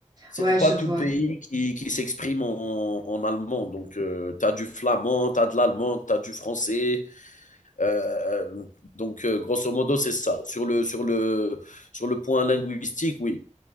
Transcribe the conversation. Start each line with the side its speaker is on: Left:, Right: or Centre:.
Left: C'est
Right: ouais,
Left: pas
Right: je vois.
Left: tout le pays qui, qui s'exprime en, en allemand. Donc, euh, tu as du flamand, tu as de l'allemand, tu as du français. Euh, euh, donc, euh, grosso modo, c'est ça. Sur le, sur le, sur le point linguistique, oui.